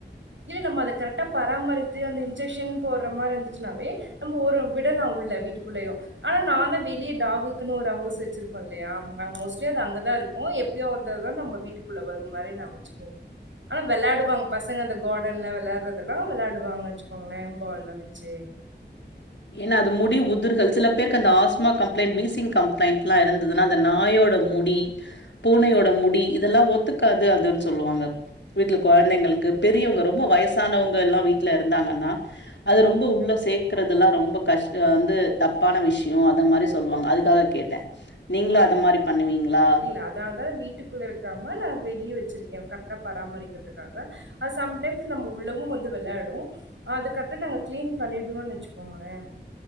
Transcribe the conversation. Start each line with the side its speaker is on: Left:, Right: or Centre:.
Right: இல்ல நம்ம அத கரெக்டா பராமரிச்சு அந்த இன்ஜெக்ஷன் போடுற மாரி இருந்துச்சுனாவே நம்போ ஒரு விடலா உள்ள வீட்டுக்குள்ளயு ஆனா நான் தா வெளிய டாகுக்குன்னு ஒரு ஹவுஸ் வச்சிருப்போ இல்லியா ஆ மோஸ்ட்லி அது அங்கதா இருக்கு எப்பயோ ஒரு தடவ தா நம்ம வீட்டுக்குள்ள வரு மாரி நா வச்சுக்குவோ ஆனா வெளாடுவாங்க பசங்க அந்தக் கார்டன்ல வெளாட்றதெல்லா வெளாடுவாங்க வச்சுக்கோங்களே பால்லா வச்சு
Left: ஏனா அது முடி
Right: இல்ல
Left: உதுர்கள் சில பேருக்கு அந்த ஆஸ் மா கம்ப்ளைண்ட் வீசிங் கம்ப்ளைண்ட்லா இருந்ததுனா அந்த நாயோட முடி பூனையோட முடி இதெல்லா ஒத்துக்காது அதுன்னு சொல்லுவாங்க வீட்ல கொழந்தைங்களுக்கு பெரியவங்க ரொம்ப வயசானவங்க எல்லா வீட்ல இருந்தாங்கன்னா அது ரொம்ப உள்ள சேக்றத் துல்லா ரொம்ப கஷ்ட வந்து தப்பான விஷ்யோ அத மாரி சொல்லுவாங்க அதுக்காக கேட்ட நீங்களு அது
Right: ஓகே
Left: மாரி பண்ணுவீங்களா
Right: இல்ல அதனால தா வீட்டுக் குள்ளே வெக்காம ல வெளிய வச்சிருக்க கரெக்ட்டா பராமரிக்றதுக்காக அ சம் டைம்ஸ் நம்ம உள்ளவு வந்து வெளாடு ஆ அது கரெக்ட்டா நாங்க கிளீன் பண்ணிடுவோன் வச்சுக்கோங்ளே